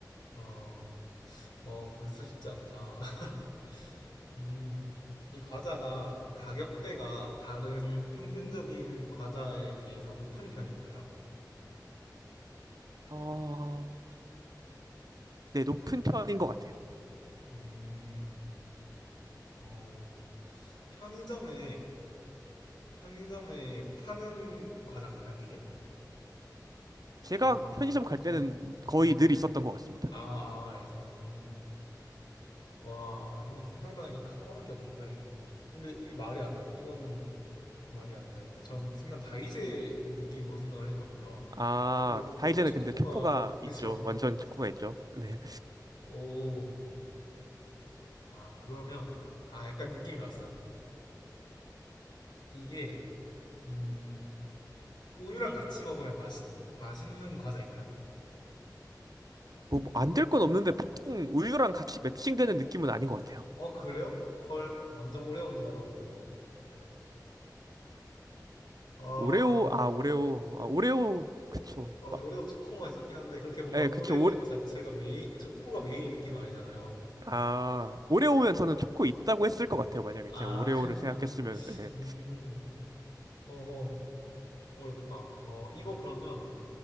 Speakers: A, on the left (about 85°); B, on the right (about 60°).
A: 어, 어, 벌써 쉽지 않다. <laughs> 이 이 과자가 가격대가 다른 평균적인 과자에 비해서 높은 편인가요?
B: 어, 네, 높은 편인 것 같아요.
A: 음, 어, 편의점에, 편의점에 파는 과자인가요, 이게?
B: 제가
A: 아,
B: 편의점
A: 이건
B: 갈
A: 좀,
B: 때는 거의
A: 네.
B: 늘 있었던 것 같습니다.
A: 아, 아, 알겠습니다. 음, 와, 이거 생각나는 게 딱 하나밖에 없는데. 근데 이게 말이 안, 이거는 말이 안 되는데. 전 순간 다이제 느낌으로 생각을 했거든요.
B: 아,
A: 근데
B: 네, 다이제는
A: 너무 초코가
B: 근데 초코가 있죠.
A: 그래서 <laughs>
B: 완전 초코가 있죠. 네.
A: 오, 아 그러면 아 약간 느낌이 왔어요. 이게 음 우유랑 같이 먹으면 맛있 맛있는 과자인가요?
B: 뭐, 뭐, 안 될 건 없는데 보통 우유랑 같이 매칭되는 느낌은 아닌 것 같아요.
A: 어 그래요? 헐 완전 오레오인 줄 알았는데. 아, 어,
B: 오레오, 아, 오레오, 아, 오레오, 그쵸.
A: 근데
B: 막,
A: 오레오 초코 맛이 있긴 한데 그렇게 뭔가
B: 예,
A: 오레오
B: 그쵸. 오레,
A: 자체가 메인 초코가 메인 느낌은 아니잖아요.
B: 아, 오레오면 저는 초코 있다고 했을 것 같아요. 만약에
A: 아
B: 제가 오레오를
A: <laughs> 그렇구나.
B: 생각했으면, 예.
A: 음, 허허 어렵다. 어 이거 그러면